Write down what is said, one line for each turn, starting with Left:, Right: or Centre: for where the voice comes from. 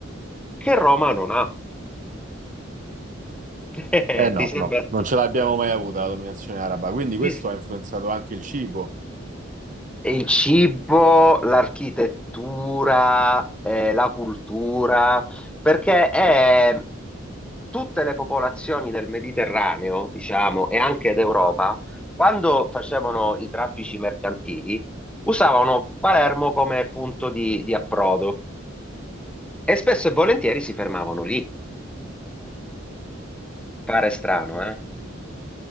Centre: che Roma non ha. <laughs>
Right: Eh no,
Centre: Ti sembra?
Right: no, non ce l'abbiamo mai avuta la dominazione araba, quindi questo
Centre: Ti,
Right: ha influenzato anche il cibo.
Centre: E il cibo, l'architettura, eh, la cultura, perché eh, tutte le popolazioni del Mediterraneo, diciamo, e anche d'Europa, quando facevano i traffici mercantili, usavano Palermo come punto di, di approdo e spesso e volentieri si fermavano lì. Pare strano, eh?